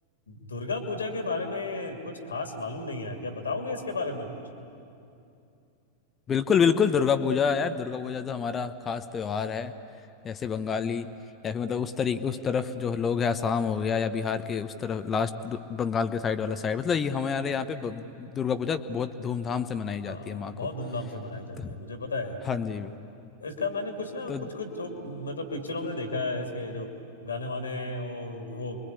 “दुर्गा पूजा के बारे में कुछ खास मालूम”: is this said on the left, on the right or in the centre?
Left